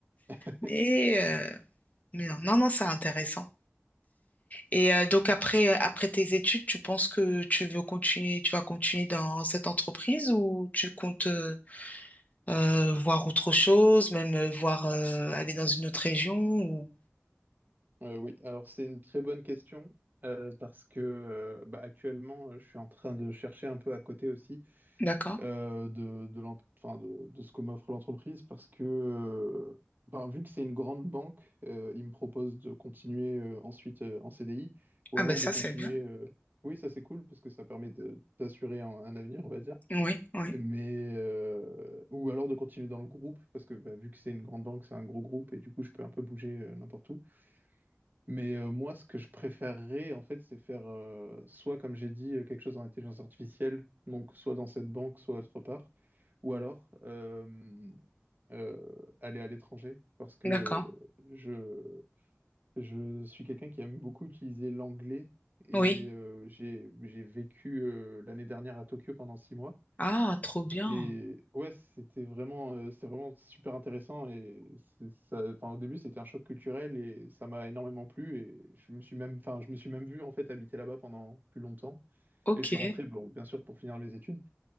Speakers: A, on the right; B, on the left.
A: <laughs>
B: Mais, euh, mais non, non, non, c'est intéressant. Et euh, donc après, euh, après tes études, tu penses que tu veux continuer, tu vas continuer dans cette entreprise ou tu comptes euh, euh, voir autre chose, même euh, voir euh, aller dans une autre région ou...
A: Euh, oui, alors c'est une très bonne question euh, parce que euh, bah, actuellement, euh, je suis en train de chercher un peu à côté aussi.
B: D'accord.
A: euh, de, de, l'en- enfin, de, de ce que m'offre l'entreprise parce que, euh, ben, vu que c'est une grande banque, euh, ils me proposent de continuer euh, ensuite euh, en CDI ou
B: Ah
A: alors
B: ben ça,
A: de continuer.
B: c'est bien.
A: euh, Oui, ça c'est cool parce que ça permet de- d'assurer un, un avenir, on va dire.
B: Oui, oui.
A: Mais euh, ou alors de continuer dans le groupe parce que bah, vu que c'est une grande banque, c'est un gros groupe et du coup je peux un peu bouger euh, n'importe où. Mais euh, moi, ce que je préférerais, en fait, c'est faire euh, soit, comme j'ai dit, euh, quelque chose en intelligence artificielle, donc soit dans cette banque, soit autre part, ou alors euh, euh, aller à l'étranger, parce que
B: D'accord.
A: je, je suis quelqu'un qui aime beaucoup utiliser l'anglais et
B: Oui.
A: euh, j'ai, j'ai vécu euh, l'année dernière à Tokyo pendant six mois.
B: Ah, trop bien.
A: Et ouais, c'était vraiment, euh, c'est vraiment super intéressant. Et c'est- ça, enfin, au début, c'était un choc culturel et ça m'a énormément plu. Et je me suis même, enfin, je me suis même vu en fait habiter là-bas pendant plus longtemps.
B: Ok.
A: Et je suis rentré, bon, bien sûr, pour finir mes études.